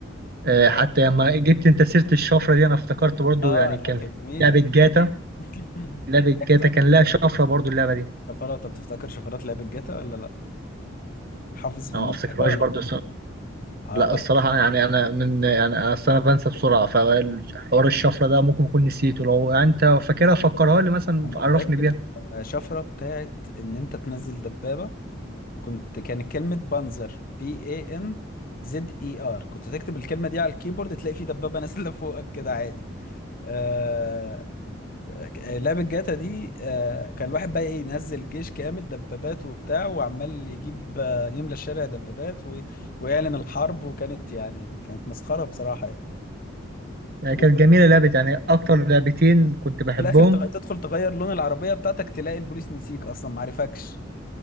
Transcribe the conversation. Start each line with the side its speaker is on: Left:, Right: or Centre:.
Right: آه،
Left: لا
Right: حتى لما جبت أنت سيرة الشفرة دي أنا افتكرت برضو
Left: اه
Right: يعني كان
Left: لا كانت
Right: في
Left: جميله
Right: لعبة جاتا
Left: <laughs>
Right: لعبة جاتا
Left: طب
Right: كان لها شفرة برضو اللعبة دي
Left: شفرات طب تفتكر شفرات لعبه جاتا ولا لا حافظ
Right: أنا
Left: منهم
Right: ما أفتكرهاش
Left: حاجه ولا
Right: برضو
Left: اه
Right: لا
Left: لا
Right: الصراحة يعني أنا من يعني أنا أصل أنا بنسى بسرعة فحوار الشفرة ده ممكن أكون نسيته لو أنت فاكرها فكرها لي مثلا
Left: انا
Right: عرفني
Left: فاكر
Right: بيها
Left: آه، شفره بتاعت ان انت تنزل دبابه كنت كانت كلمة بانزر بي اي ان زد اي ار كنت تكتب الكلمة دي على الكيبورد تلاقي في دبابة نازلة <laughs> فوقك كده عادي آه... آه، لعبة جاتا دي آه... كان الواحد بقى ايه ينزل جيش كامل دبابات وبتاع وعمال يجيب آه، يملى الشارع دبابات و... ويعلن الحرب وكانت يعني كانت مسخرة بصراحة يعني
Right: يعني
Left: وفي
Right: كانت
Left: الآخر
Right: جميلة لعبة يعني أكتر لعبتين كنت بحبهم
Left: في الآخر تغ- تدخل تغير لون العربية بتاعتك تلاقي البوليس نسيك أصلا معرفكش